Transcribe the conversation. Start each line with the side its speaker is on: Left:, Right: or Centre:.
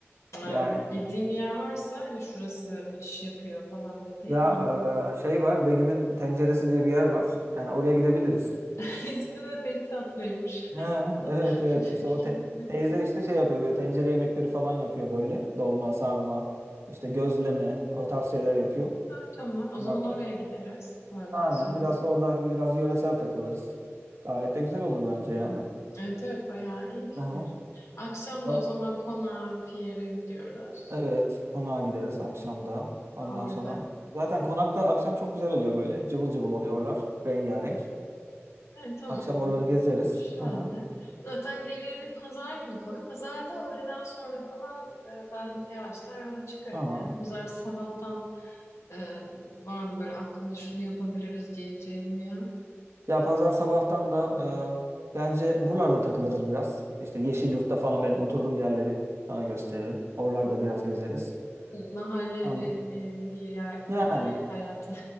Left: Yani
Right: Yani
Left: bildiğim bir yer varsa hani şurası müthiş yapıyor falan dediğin
Right: ya
Left: onun
Right: e, şey var Begüm'ün Tenceresi diye bir yer var. Yani oraya gidebiliriz.
Left: <laughs> ismi de pek tatlıymış.
Right: Ha, evet evet
Left: <laughs>
Right: işte o
Left: Kimin
Right: te-
Left: teyze?
Right: teyze işte şey yapıyor böyle tencere yemekleri falan yapıyor böyle. Dolma, sarma, işte gözleme o tarz şeyler yapıyor.
Left: Ha, tamam o
Right: Bunlardan.
Left: zaman oraya gideriz öğleden
Right: Aynen
Left: sonra.
Right: biraz orada biraz yöresel takılırız. Gayet de güzel olur bence yani.
Left: Evet evet bayağı iyi fikir.
Right: Aha.
Left: Akşam
Right: O-
Left: da o zaman konağa bir yere gidiyoruz.
Right: Evet konağa gideriz akşamda. Ondan
Left: Orada
Right: sonra zaten konakta akşam çok güzel oluyor böyle. Cıvıl cıvıl oluyorlar rengarenk.
Left: evet, tamamdır.
Right: Akşam oraları gezeriz.
Left: Şahane.
Right: Aha.
Left: Zaten geriye bir pazar günü kalıyor. Pazarda öğleden sonra falan e, ben yavaştan yola çıkarım.
Right: Tamam.
Left: Yani pazar sabahtan Ee, var mı böyle aklında şunu yapabiliriz diyeceğim bir yer?
Right: Ya pazar sabahtan da e, bence buralarda takılırız biraz. İşte Yeşilyurt'ta falan benim oturduğum yerleri sana gösteririm. Oralarda biraz gezeriz.
Left: Mahalle
Right: An
Left: ve e, yer- yerel
Right: yani
Left: hayatı.